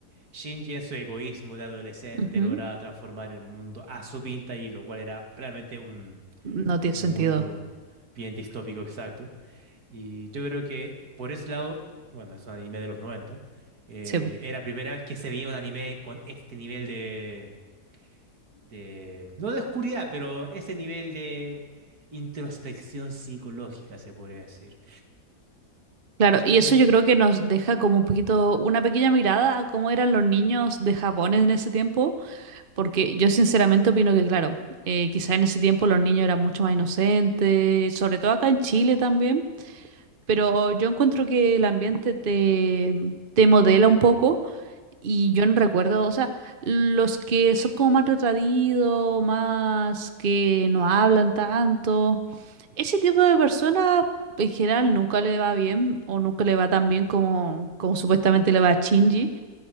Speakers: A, on the right (about 65°); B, on the right (about 40°).
A: Shinji en su egoísmo de adolescente
B: Ujú.
A: lograba transformar el mundo a su pinta y lo cual era realmente un,
B: No tiene
A: un
B: sentido.
A: mundo bien distópico exacto. Y yo creo que por ese lado, bueno, es un anime de los noventa eh,
B: Sí.
A: era la primera vez que se veía un anime con este nivel de, de, no de oscuridad, pero ese nivel de introspección psicológica se podría decir.
B: Claro,
A: Sí,
B: y eso
A: yo diría.
B: yo creo que nos deja como un poquito, una pequeña mirada a cómo eran los niños de Japón en ese tiempo Porque yo sinceramente opino que, claro, eh, quizá en ese tiempo los niños eran mucho más inocentes, sobre todo acá en Chile también, pero yo encuentro que el ambiente te, te modela un poco y yo no recuerdo, o sea, los que son como más retraídos, más que no hablan tanto, ese tipo de personas en general nunca le va bien o nunca le va tan bien como, como supuestamente le va a Shinji.